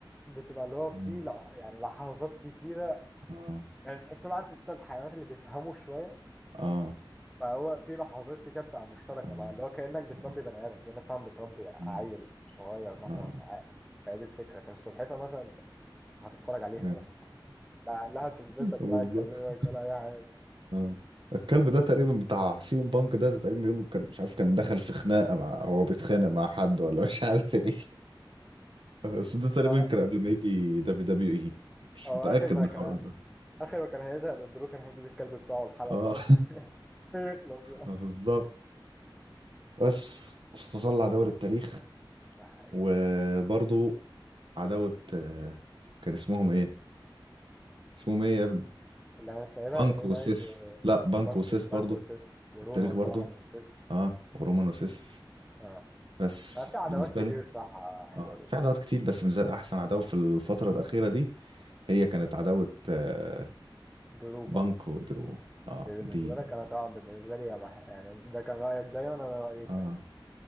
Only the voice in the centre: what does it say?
بتبقى اللي هو في
لع- يعني لحظات كتيرة
يعني تحسهم عارف انت الحيوانات اللي بيفهموا شوية
فهو في لحظات كتير بتبقى مشتركة
بقى اللي هو كأنك بتربي
بني آدم كأنك فعلا بتربي عيل
صغير مثلا
معاك فهي دي الفكرة كان السلحفاة مثلا انت هتتفرج عليها
بس لا لا هتلمسك
لا هتكلمك ولا أي حاجة
هو
هو
آخر ما
كان
آخر ما كان هيزهق من درو كان هيجيب الكلب بتاعه الحلبة
أصلا <laughs> يخلص بقى
ده حقيقة
الصراحة
اللي أنا سائلها
الإنايت
و-
وبانكو
بانكو وسيس ورومان
طبعا وسيس
آه.
ما في عداوات
كتير
صح حلوة
جدا
درو
بنك
دي بالنسبة
لك أنا طبعا بالنسبة لي يا مح... يعني ده كان رأيك دايما أنا رأيي كان